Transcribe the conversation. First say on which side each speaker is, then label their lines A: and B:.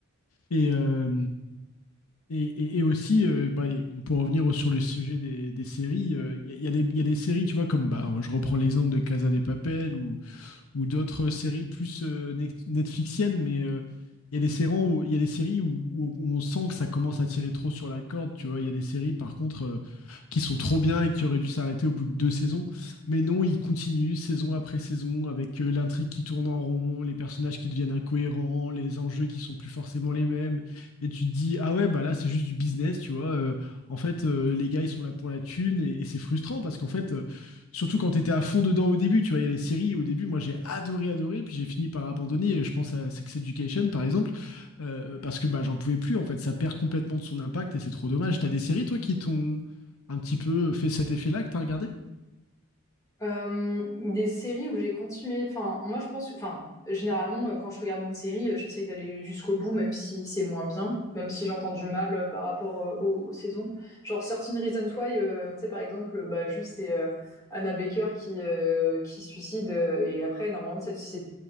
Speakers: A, on the left; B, on the left.
A: Et, euh, et, et- et aussi, euh, bah, les- pour revenir au- sur le sujet des, des séries, il y, a y a des y a des séries, tu vois, comme bah, je reprends l'exemple de Casa de Papel ou, ou d'autres séries plus euh, net- netflixiennes, mais euh, il y a des séries où, il y a des séries où, où où on sent que ça commence à tirer trop sur la corde, tu vois. Il y a des séries, par contre, euh, qui sont trop bien et qui auraient dû s'arrêter au bout de deux saisons. Mais non, ils continuent saison après saison avec euh, l'intrigue qui tourne en rond, les personnages qui deviennent incohérents, les enjeux qui sont plus forcément les mêmes. Et tu te dis, ah ouais, bah là, c'est juste du business, tu vois. euh, en fait, euh, les gars, ils sont là pour la thune et, et c'est frustrant parce qu'en fait, euh, Surtout quand t'étais à fond dedans au début, tu vois, il y a les séries, au début, moi j'ai adoré, adoré, puis j'ai fini par abandonner, je pense à Sex Education par exemple, euh, parce que bah, j'en pouvais plus, en fait, ça perd complètement de son impact et c'est trop dommage. T'as des séries, toi, qui t'ont un petit peu fait cet effet-là que t'as regardé?
B: Euh, des séries où j'ai continué. Enfin, moi, je pense. Enfin, généralement, euh, quand je regarde une série, euh, j'essaye d'aller jusqu'au bout, même si c'est moins bien, même si j'entends du mal euh, par rapport euh, aux, aux saisons. Genre, Certain Reasons Why, euh, tu sais, par exemple, euh, bah, juste c'est euh, Anna Baker qui euh, qui se suicide euh, et après, normalement, tu sais, c'est